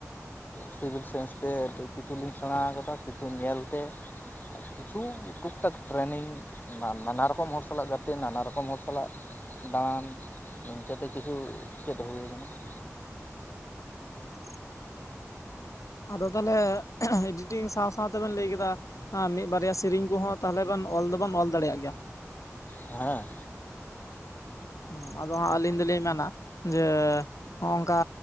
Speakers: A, on the left; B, on the left.
A: ᱥᱤᱵᱤᱞ ᱥᱟᱭᱮᱱᱥ ᱛᱮ ᱠᱤᱪᱷᱩᱞᱤᱧ ᱥᱮᱬᱟ ᱟᱠᱟᱫᱟ ᱠᱤᱪᱷᱩ ᱧᱮᱞᱛᱮ ᱾ ᱟᱨ ᱠᱤᱪᱷᱩ ᱴᱩᱠᱼᱴᱟᱠ ᱴᱨᱮᱱᱤᱝ ᱱᱟᱱᱟ ᱨᱚᱠᱚᱢ ᱦᱚᱲ ᱥᱟᱞᱟᱜ ᱜᱟᱛᱮ ᱱᱟᱱᱟ ᱨᱚᱠᱚᱢ ᱦᱚᱲ ᱥᱟᱞᱟᱜ ᱫᱟᱬᱟᱱ ᱱᱤᱱᱝᱠᱟᱹᱛᱮ ᱠᱤᱪᱷᱩ ᱪᱮᱫ ᱦᱩᱭᱩ ᱟᱠᱟᱱᱟ ᱾
B: <unintelligible> ᱟᱫᱚ ᱛᱟᱦᱚᱞᱮ ᱮᱰᱤᱴᱤᱝ ᱥᱟᱶ ᱥᱟᱶ ᱛᱮᱵᱮᱱ ᱞᱟᱹᱭ ᱠᱮᱫᱟ ᱢᱤᱫ ᱵᱟᱨᱭᱟ ᱥᱮᱨᱮᱧ ᱠᱚᱦᱚᱸ ᱛᱟᱦᱚᱞᱮ ᱚᱞ ᱫᱚᱵᱮᱱ ᱚᱞ ᱫᱟᱲᱮᱭᱟᱜ ᱜᱮᱭᱟ ᱾
A: ᱦᱮᱸ
B: ᱦᱩᱸ ᱟᱫᱚ ᱟᱹᱞᱤᱧ ᱫᱚᱞᱤᱧ ᱢᱮᱱᱟ ᱡᱮ ᱚᱝᱠᱟ